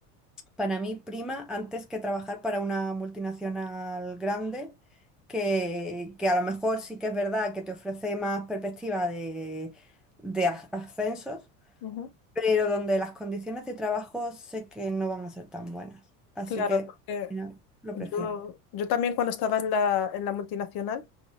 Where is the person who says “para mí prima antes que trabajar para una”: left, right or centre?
Centre